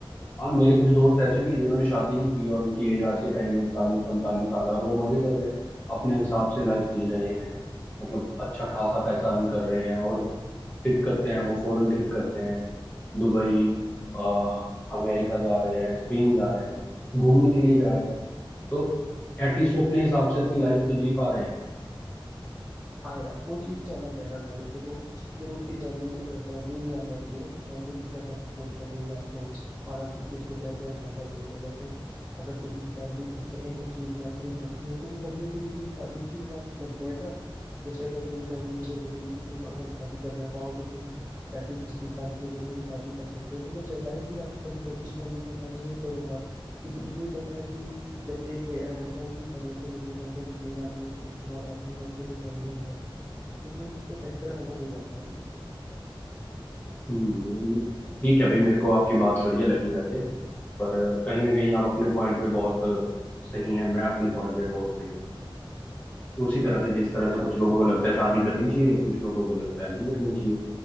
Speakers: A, on the left (about 20°); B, on the right (about 40°).
A: अब मेरे कुछ दोस्त ऐसे भी हैं जिन्होंने शादी नहीं की और उनकी एज आज के टाइम में चालीस पैंतालीस साल है और वो मजे कर रहे हैं अपने हिसाब से लाइफ जी रहे हैं मतलब अच्छा खासा पैसा अर्न कर रहे हैं और ट्रिप करते हैं वो फॉरेन ट्रिप करते हैं दुबई आ, अमेरिका जा रहे हैं स्पेन जा रहे हैं घूमने के लिए जा रहे हैं तो एटलीस्ट वो अपने हिसाब से अपनी लाइफ तो जी पा रहे हैं
B: हाँ यार वो चीज़ तो अलग है ना भाई देखो फिर उनकी फैमिली फैमिली भी आ जाती है ना कि फैमिली कितना सपोर्ट कर रही है आपको और आप किस चीज़ को प्रेफरेंस ज़्यादा दे रहे हो जैसे अगर किसी की फैमिली इस इन सब चीज़ में एग्री करती है तो वो बंदे फिर उसी हिसाब उसी हिसाब से करते हैं ना जैसे अगर मेरी फैमिली मुझे बोलेगी कि तुम अगर शादी करना चाहो तो तुम पैंतीस छत्तीस साल की उम्र में भी शादी कर सकते हो तो मैं जा- जाहिर सी बात है मैं जल्दी का मेरी शादी नहीं करूंगा क्योंकि मुझे भी पता है कि जैसे एक रे- रहता है कि फाइनेंशियल इंडिपेंडेंट लेना है फिर उसके बाद अर्निंग अच्छे से करनी है तो वो सब तो फैक्टर अलग हो जाता है ना
A: हम्म ठीक है भाई मेरे को आपकी बात बढ़िया लगी वैसे पर कहीं ना कहीं आप अपने पॉइंट पे बहुत सही हैं मैं अपने पॉइंट पे बहुत सही हूँ उसी तरह से जिस तरह से
B: हाँ
A: कुछ लोगों को लगता है शादी करनी चाहिए कुछ लोगों को लगता है नहीं करनी चाहिए